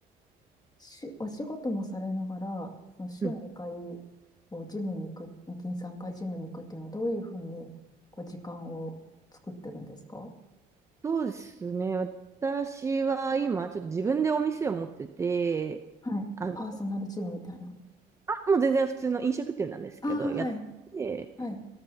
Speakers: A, on the left; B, on the right.
A: し、お仕事もされながら、その週2回、
B: うん、
A: こう、ジムに行く、2、3回ジムに行くっていうのは、どういうふうに、こう、時間を作ってるんですか
B: そうですね。私は今、ちょっと自分でお店を持ってて、
A: はい。
B: あの、
A: あ、パーソナルジムみたいな。
B: あ、もう全然普通の飲食店なんですけど、
A: ああ、
B: やって、
A: はい。はい。